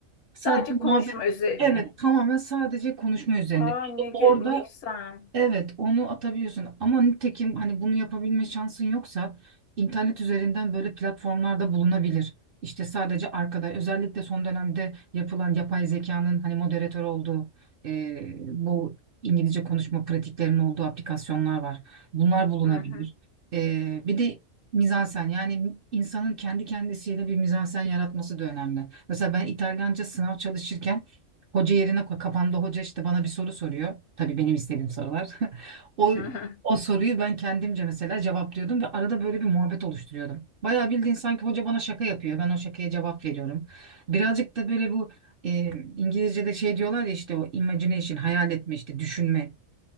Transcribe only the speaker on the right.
Sadece
muhabbet,
evet tamamen sadece konuşma üzerine.
İşte
orada
Evet, onu atabiliyorsun ama nitekim hani bunu yapabilme şansın yoksa internet üzerinden böyle platformlarda bulunabilir. İşte sadece arkada özellikle son dönemde yapılan yapay zekanın hani moderatör olduğu e, bu İngilizce konuşma pratiklerinin olduğu aplikasyonlar var. Bunlar bulunabilir.
E, bir de mizansen yani insanın kendi kendisiyle bir mizansen yaratması da önemli. Mesela ben İtalyanca sınav çalışırken Hoca yerine koy. Kafamda hoca işte bana bir soru soruyor. Tabii benim istediğim sorular. <laughs> O
o soruyu ben kendimce mesela cevaplıyordum ve arada böyle bir muhabbet oluşturuyordum. Bayağı bildiğin sanki hoca bana şaka yapıyor. Ben o şakaya cevap veriyorum. Birazcık da böyle bu e, İngilizce'de şey diyorlar ya işte o imagination, hayal etme işte düşünme.